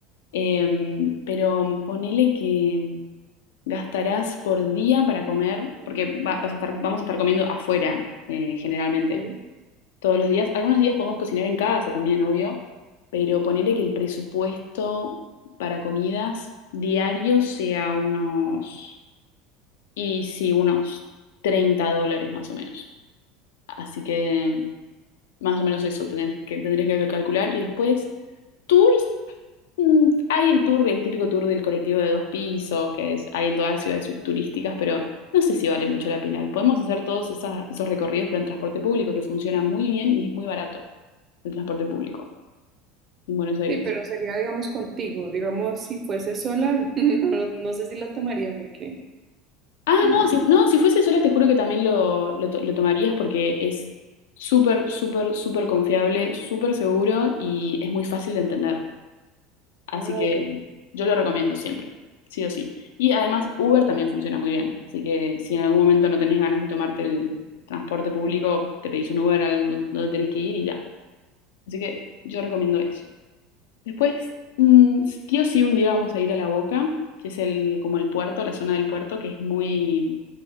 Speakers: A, on the left; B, on the right.
A: Em, pero ponele que gastarás por día para comer, porque va- vas a estar, vamos a estar comiendo afuera eh, generalmente
B: Ujú.
A: todos los días. Algunos días podemos cocinar en casa también, obvio, pero ponerle que el presupuesto para comidas diarios sea unos, y sí, unos 30 dólares más o menos. Así que más o menos eso tener que, tendrías que calcular y después Tours, mm, hay el tour, el típico tour del colectivo de dos pisos, que es- hay en todas las ciudades turísticas, pero no sé si vale mucho la pena. Podemos hacer todos esas- esos recorridos, pero en transporte público, que funciona muy bien y es muy barato el transporte público en Buenos Aires.
B: Sí, pero sería, digamos, contigo. Digamos, si fuese sola, <laughs> no, lo- no sé si la tomaría porque
A: Ah,
B: no
A: no,
B: sé.
A: si, no, si fuese sola, te juro que también lo, lo, to- lo tomarías porque es súper, súper, súper confiable, súper seguro y es muy fácil de entender. Así
B: Ah,
A: que
B: ok.
A: yo lo recomiendo siempre, sí o sí. Y además Uber también funciona muy bien, así que si en algún momento no tenés ganas de tomarte el transporte público, te pedís un Uber a donde tenés que ir y ya. Así que yo recomiendo eso. Después, mm, sí o sí, un día vamos a ir a La Boca, que es el, como el puerto, la zona del puerto, que es muy,